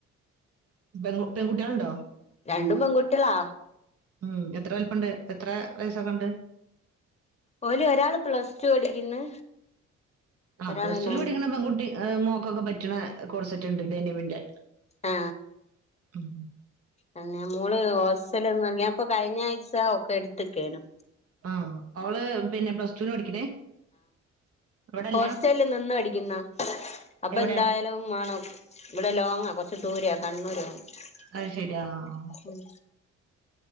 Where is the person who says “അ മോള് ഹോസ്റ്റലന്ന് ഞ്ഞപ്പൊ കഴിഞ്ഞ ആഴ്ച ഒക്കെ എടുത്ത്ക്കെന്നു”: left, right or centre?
Left